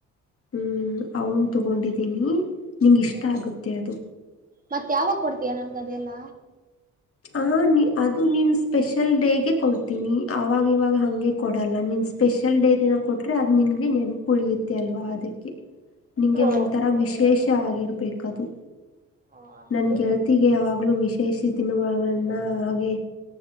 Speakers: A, on the left (about 50°); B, on the right (about 30°).
A: ಹ್ಮ್ ಅವನ್ ತಗೊಂಡಿದ್ದೀನಿ ನಿಂಗಿಸ್ಟ
B: ಓ
A: ಆಗುತ್ತೆ ಅದು
B: ಮತ್ ಯಾವಾಗ ಕೊಡ್ತೀಯ ನನ್ಗದೆಲ್ಲ
A: ಹಾ ನಿ ಅದು ನಿನ್ ಸ್ಪೆಷಲ್ ಡೇಗೆ ಕೊಡ್ತೀನಿ ಅವಾಗ ಇವಾಗ ಹಂಗೆ ಕೊಡಲ್ಲ ನಿನ್ ಸ್ಪೆಷಲ್ ಡೇ ದಿನ ಕೊಟ್ರೆ ಅದು ನಿಂಗೆ ನೆನಪ್ ಉಳಿಯುತ್ತೆ ಅಲ್ವಾ ಅದಕ್ಕೆ ನಿಂಗೆ
B: ಓ
A: ಒಂಥರ ವಿಶೇಷ ಆಗಿ ಬೇಕದು
B: ಓ ಹಂಗೆ
A: ನನ್ ಗೆಳತಿಗೆ ಯಾವಾಗ್ ಗ್ಲು ವಿಶೇಷ ದಿನಗಳನ್ನ ಹಾಗೆ